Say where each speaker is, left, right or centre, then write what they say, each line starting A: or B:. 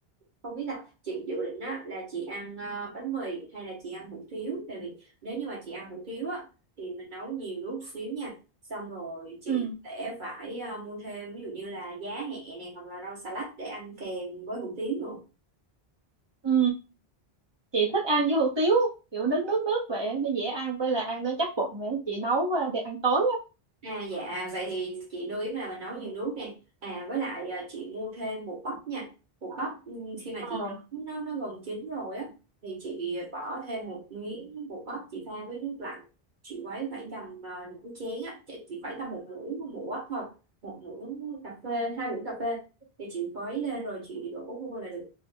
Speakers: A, on the right; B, on the right.
A: không biết là chị dự định á, là chị ăn ờ, bánh mì hay là chị ăn hủ tiếu tại vì nếu như mà chị ăn hủ tiếu á, thì mình nấu nhiều nước xíu nha xong rồi chị
B: ừ
A: sẽ phải ờ, mua thêm ví dụ như là giá hẹ này hoặc là rau xà lách để ăn kèm với hủ tiếu nữa
B: ừ, chị thích ăn với hủ tiếu kiểu nước nước nước vậy nó dễ ăn với là ăn nó chắc bụng nữa chị nấu ờ, để ăn tối á
A: À dạ vậy thì chị lưu ý là mình nấu nhiều nước nè à với lại à, chị mua thêm bột bắp nha bột bắp ừ, khi mà
B: ờ
A: chị nấu nó nó gần chín rồi á thì chị bỏ thêm một miếng bột bắp chị pha với nước lạnh chị quấy khoảng tầm à, nửa chén á chị, chị khoảng tầm một muỗng một muỗng bắp thôi một muỗng cà phê hai muỗng cà phê thì chị quấy lên rồi chị đổ vô là được